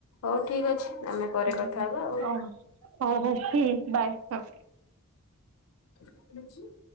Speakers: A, on the left; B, on the right.
A: ହଉ ଠିକ ଅଛି ଆମେ ପରେ
B: ହ
A: କଥା ହବା ଆଉ।
B: ହଉ ହଉ ଠିକ ବାଏ। ହଁ
A: କିଛି